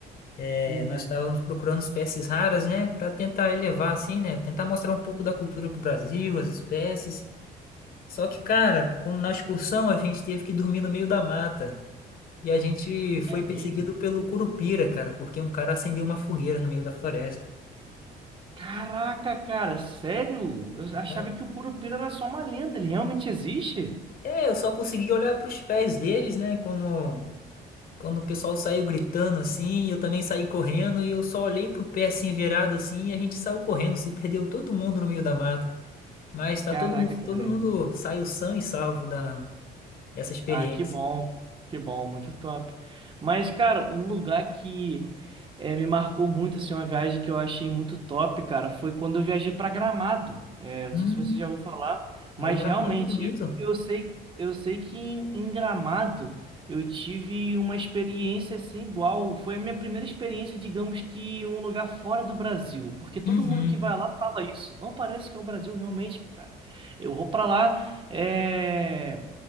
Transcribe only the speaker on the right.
Uhum.
É
mesmo?
Caraca, cara, sério? Eu achava
que o Curupira era só uma lenda, ele realmente existe?
Caraca,
cara.
Ah, que bom, que bom, muito top. Mas, cara, um lugar que eh, me marcou muito, assim, uma viagem que eu achei muito top, cara, foi quando eu viajei para Gramado. Eh, não
sei se você já ouviu falar, mas
realmente
eu, eu sei, eu sei que em, em Gramado eu tive uma experiência sem igual. Foi a minha primeira experiência, digamos que em um lugar fora do Brasil, porque todo
mundo que vai lá fala isso. Não parece que é o Brasil realmente, cara. Eu vou para lá. É...